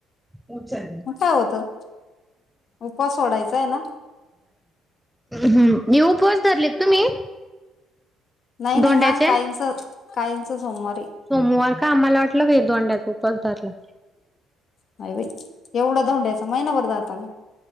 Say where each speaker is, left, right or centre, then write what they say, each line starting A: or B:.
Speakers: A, in the centre; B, on the left.
A: अं
B: मग काय होतं उपवास सोडायचा आहे ना
A: हं न्यू <unintelligible> धरलेत तुम्ही
B: नाही नाही
A: दोंड्याचे
B: माझं काहींचं काहींचं सोमवार ये.
A: <unintelligible> आम्हाला वाटलं की दोंड्यात उपास धरला.
B: नाही बाई एवढं धोंड्याचा महिनाभर जाता का